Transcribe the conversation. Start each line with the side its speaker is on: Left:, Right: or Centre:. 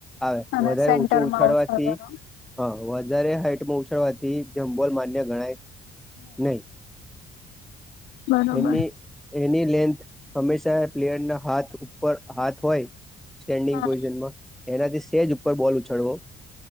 Centre: આવે
Left: અને
Centre: વધારે
Left: સેન્ટરમાં
Centre: ઊંચો ઉછાળવાથી.
Left: ઉછાળવાનો
Centre: હા વધારે હાઈટમાં ઉછાળવાથી જમબોલ માન્ય ગણાય. નહી
Left: બરોબર
Centre: એની એની લેન્થ હંમેશા પ્લેયરના હાથ ઉપર હાથ હોય સ્ટેન્ડિંગ
Left: હા
Centre: પોઝિશનમાં એનાથી સેજ ઉપર બોલ ઉછળવો